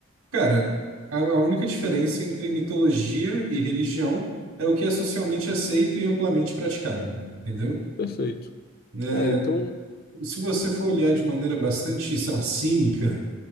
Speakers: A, on the right (about 85°); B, on the left (about 45°).
A: Cara, a, a única diferença entre mitologia e religião é o que é socialmente aceito e amplamente praticado, entendeu?
B: Perfeito.
A: Né?
B: É, então,
A: Se você for olhar de maneira bastante, sei lá, cínica,